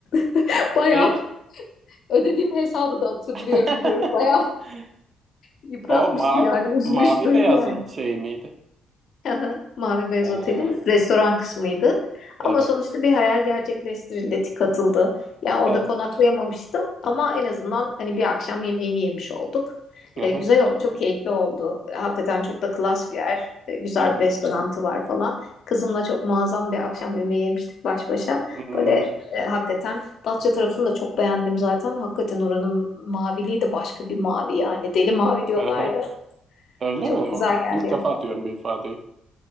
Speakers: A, on the left; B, on the right.
A: <laughs> Bayağı
B: Neyi?
A: ödediğim hesabı da hatırlıyorum
B: <laughs>
A: diyorum. Bayağı yıpratmıştı
B: O ma
A: yani üzmüştü
B: mavi
A: yani.
B: beyazın şeyi miydi?
A: Aha, Mavi Beyaz
B: Ee,
A: Otel'in restoran kısmıydı.
B: evet.
A: Ama sonuçta bir hayal gerçekleştirildi, tik atıldı. Yani orada
B: Evet.
A: konaklayamamıştım ama en azından hani bir akşam yemeğini yemiş olduk.
B: Hı
A: E,
B: hı,
A: güzel oldu, çok keyifli oldu. E, Hakikaten çok da klas bir yer, E, güzel
B: hı hı.
A: bir restoranı var falan. Kızımla çok muazzam bir akşam yemeği yemiştik baş başa.
B: Hmm,
A: Böyle e, hakikaten Datça tarafını da çok beğendim zaten. Hakikaten oranın maviliği de başka bir mavi yani. Deli mavi diyorlar
B: hı hı.
A: ya.
B: Öyle
A: Çok
B: mi? O,
A: güzel geldi
B: ilk
A: yani.
B: defa diyorum bir ifadeyi.